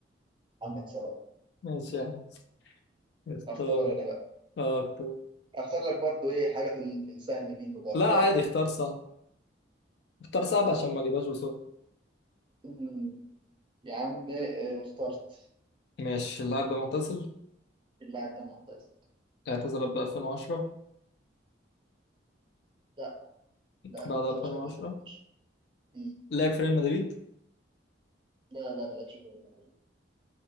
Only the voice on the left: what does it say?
ماشي يا عم اختار
اه اختار
لا عادي
اختار صعب اختار صعب عشان ما اجيبهاش بسرعة
ماشي اللاعب ده معتزل
اعتزل قبل 2010
بعد
2010
لعب في ريال مدريد